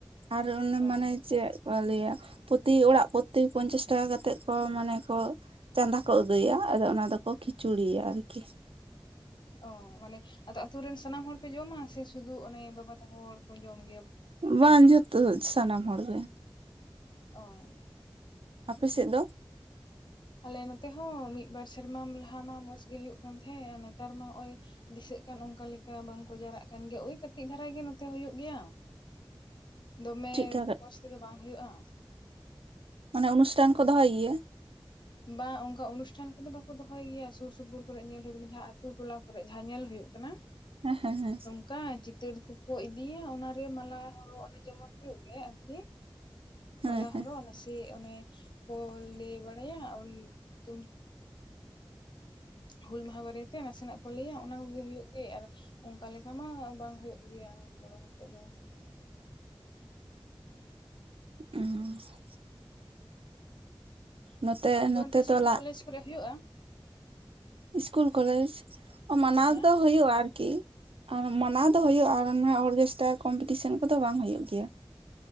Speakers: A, on the right (about 80°); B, on the left (about 55°).
A: ᱟᱨ ᱚᱱᱮ
B: ᱚ
A: ᱢᱟᱱᱮ ᱪᱮᱫᱼᱼ ᱞᱟᱹᱭᱟ ᱯᱚᱛᱤ ᱚᱲᱟᱜ ᱯᱚᱛᱤ ᱯᱚᱧᱪᱟᱥ ᱴᱟᱠᱟ ᱠᱟᱛᱮᱫ ᱠᱚ ᱢᱟᱱᱮ ᱠᱚᱼᱼ ᱪᱟᱸᱫᱟ ᱠᱚ ᱟᱹᱫᱟᱹᱭᱟ ᱟᱫᱚ ᱚᱱᱟ ᱫᱚ ᱠᱚ ᱠᱷᱤᱪᱩᱲᱤᱭᱟ ᱟᱨᱠᱤ
B: ᱚ ᱢᱟᱱᱮ ᱟᱫᱚ ᱟᱹᱛᱩ ᱨᱮᱱ ᱥᱟᱱᱟᱢ ᱦᱚᱲ ᱯᱮ ᱡᱚᱢᱟ ᱥᱮ ᱥᱩᱫᱩ ᱚᱱᱮ ᱵᱟᱵᱟ ᱛᱟᱠᱚ ᱦᱚᱲ ᱠᱚ ᱡᱚᱢ ᱜᱮᱭᱟ᱾
A: ᱵᱟᱝ ᱡᱚᱛᱚ ᱥᱟᱱᱟᱢ ᱦᱚᱲ ᱜᱮᱼᱼ
B: ᱚ
A: ᱟᱯᱮ ᱥᱮᱫ ᱫᱚᱼᱼ
B: ᱟᱞᱮ ᱱᱚᱛᱮ ᱦᱚᱸ ᱢᱤᱜ ᱵᱟᱨ ᱥᱮᱨᱢᱟ ᱞᱟᱦᱟ ᱢᱟ ᱢᱚᱸᱡᱽ ᱜᱮ ᱦᱩᱭᱩᱜ ᱠᱟᱱ ᱛᱟᱦᱮᱸ ᱟᱨ ᱱᱮᱛᱟᱨ ᱢᱟ ᱱᱚᱜᱚᱭᱼᱼ ᱫᱤᱥᱟᱹᱜ ᱠᱟᱱ ᱚᱱᱠᱟ ᱞᱮᱠᱟ ᱵᱟᱝ ᱠᱚ ᱡᱟᱣᱨᱟᱜ ᱠᱟᱱ ᱜᱮ ᱳᱭ ᱠᱟᱹᱴᱤᱡ ᱫᱷᱟᱨᱟ ᱜᱮ ᱱᱚᱛᱮ ᱦᱩᱭᱩᱜ ᱜᱮᱭᱟ ᱫᱚᱢᱮ
A: ᱪᱮᱫᱠᱟ
B: ᱢᱚᱸᱡᱽ ᱛᱮ ᱫᱚ ᱵᱟᱝ ᱦᱩᱭᱩᱜᱼᱟ
A: ᱢᱟᱱᱮ ᱚᱱᱩᱥᱴᱷᱟᱱ ᱠᱚ ᱫᱚᱦᱚᱭ ᱜᱮᱭᱟ᱾
B: ᱵᱟ ᱚᱱᱠᱟ ᱚᱱᱩᱥᱴᱷᱟᱱ ᱠᱚ ᱫᱚ ᱵᱟᱠᱚ ᱫᱚᱦᱚᱭ ᱜᱮᱭᱟ ᱥᱩᱨ ᱥᱩᱯᱩᱨ ᱠᱚ ᱨᱮ ᱧᱮᱞ ᱦᱩᱭ ᱠᱟᱱᱟ ᱡᱟᱸᱦᱟ ᱟᱹᱛᱩ ᱴᱚᱞᱟ ᱼᱼ ᱠᱚ ᱨᱮ ᱡᱟᱸᱦᱟ ᱧᱮᱞ ᱦᱩᱭᱩᱜ ᱠᱟᱱᱟ᱾
A: ᱦᱮᱸ ᱦᱮᱸ ᱦᱮᱸ
B: ᱚᱱᱠᱟ ᱪᱤᱛᱟᱹᱨ ᱠᱚ ᱠᱚ ᱤᱫᱤᱭᱟ ᱚᱱᱟ ᱨᱮ ᱢᱟᱞᱟ ᱦᱚᱨᱚᱜ ᱚᱱᱮ ᱡᱮᱢᱚᱱ ᱦᱩᱭᱩᱜ ᱜᱮ ᱟᱨᱠᱤᱼᱼ
A: ᱦᱮᱸ
B: ᱢᱟᱞᱟ
A: ᱦᱮᱸ
B: ᱦᱚᱨᱚᱜ ᱱᱟᱥᱤ ᱚᱱᱮ ᱠᱚ ᱞᱟᱹᱭ ᱵᱟᱲᱟᱭᱟ <unintelligible> ᱦᱩᱞ ᱢᱟᱦᱟ ᱵᱟᱨᱮ ᱛᱮ ᱱᱟᱥᱮᱱᱟᱜ ᱠᱚ ᱞᱟᱹᱭᱟ ᱚᱱᱟ ᱠᱚ ᱜᱮ ᱦᱩᱭᱩᱜ ᱜᱮ ᱟᱨᱼᱼ ᱚᱱᱠᱟ ᱞᱮᱠᱟ ᱢᱟ ᱵᱟᱝ ᱦᱩᱭᱩᱜ ᱜᱮᱭᱟ ᱵᱚᱲᱚ ᱠᱟᱛᱮᱜ ᱫᱚᱼᱼ
A: <inaudible> ᱱᱚᱛᱮ
B: ᱟᱨ ᱟᱯᱮ
A: ᱱᱚᱛᱮ
B: ᱚᱱᱛᱮ ᱤᱥᱠᱩᱞ
A: ᱫᱚ ᱞᱟᱜ
B: ᱠᱚᱞᱮᱡᱽ ᱠᱚ ᱨᱮ ᱦᱩᱭᱩᱜᱼᱟ
A: ᱤᱥᱠᱩᱞ ᱠᱚᱞᱮᱡᱽ ᱢᱟᱱᱟᱣ
B: ᱦᱮᱸ
A: ᱫᱚᱼᱼ ᱦᱳᱭᱳᱜᱼᱟ ᱟᱨᱠᱤ ᱟᱨ ᱢᱟᱱᱟᱣ ᱫᱚ ᱦᱳᱭᱳᱜ ᱟᱨ ᱚᱱᱟ ᱚᱨᱜᱮᱥᱴᱟᱨ ᱠᱚᱢᱯᱤᱴᱤᱥᱮᱱ ᱠᱚ ᱫᱚ ᱵᱟᱝ ᱦᱩᱭᱩᱜ ᱜᱮᱭᱟ᱾